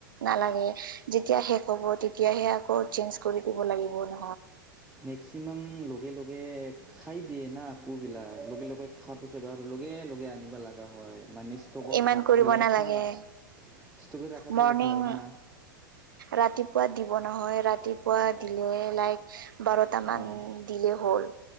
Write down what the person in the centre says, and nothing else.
মেক্সিমাম লগে লগে খাই দিয়ে না পু--বিলাক, লগে লগে খোৱাৰ পিছত আৰু লগে লগে আনিব লগা হ'য়। মানে, ষ্ট'কত
ৰাখিলে
ভাল আ ষ্ট'কে ৰাখা
থ'লে ভাল না।
অঁ